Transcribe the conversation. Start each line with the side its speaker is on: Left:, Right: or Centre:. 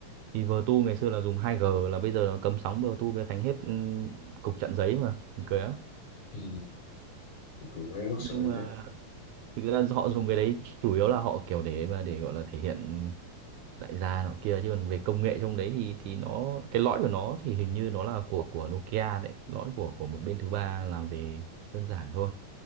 Right: thì vừa tu ngày xưa là dùng 2G là bây giờ nó cấm sóng vừa tu bây giờ thành hết ừm, cục chặn giấy mà Buồn cười lắm
Left: Ừ. Dùng cái luxury
Right: nhưng mà thực ra họ dùng cái đấy chủ yếu là họ kiểu để mà để gọi là thể hiện đại gia nọ kia chứ còn về công nghệ trong đấy thì thì nó cái lõi của nó thì hình như nó là của của Nokia đấy lõi của của một bên thứ ba làm về đơn giản thôi